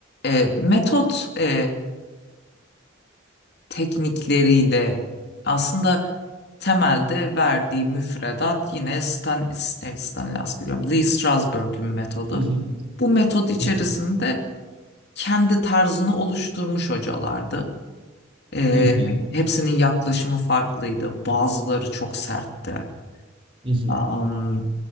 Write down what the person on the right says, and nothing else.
Hı hı,
hı hı,
hı hı,
hı hı.